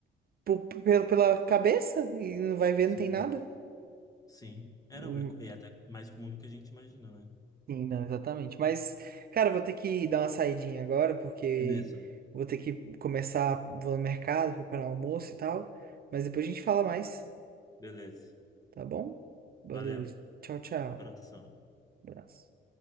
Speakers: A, on the right; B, on the left.
A: po- pela pela cabeça e não vai ver,
B: sim,
A: não tem nada.
B: sim. É,
A: Hum,
B: não, é, co- é até mais comum do que a gente imagina, né?
A: Sim, não, exatamente. Mas, cara, eu vou ter que dar uma saidinha agora, porque
B: Beleza.
A: vou ter que começar, vou no mercado, preparar almoço e tal. Mas depois a gente fala mais,
B: Beleza.
A: tá bom? Valeu,
B: Valeu.
A: tchau, tchau.
B: Abração.
A: Abraço.